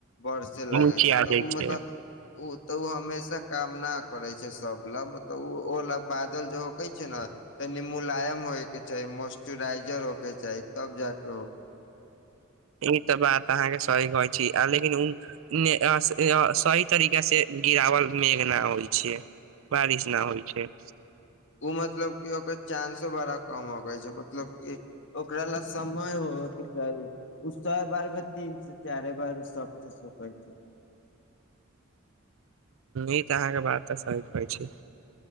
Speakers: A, on the left (about 60°); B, on the right (about 70°).
A: बड़सँ लागै
B: नीचे
A: छै तऽ
B: आ
A: ओ
B: जाइ
A: मतलब।
B: छै
A: ओ तऽ उ हमेशा कामना करे छै सब लग मतलब ओ ओ ल बादल जे होके छै ने तऽ निमूलायम होय के चाही मोइस््चराइजर होय के चाही तब जा के।
B: ई तऽ बात अहाँके सही कहै छी आिन। लेकिन सही तरीका से गिरावल मेघ नहि होइ छै। बारिश न होइ छै।
A: ओ मतलब क ओकर चानंसो बड़ा कम होग छै मतलब कि ओकरा ला समय होबे के चाही ओ सब बार मे तीन से चारे बार सक्सेस हो छै।
B: ई तऽ अहाँके बात तऽ सही कहै छै।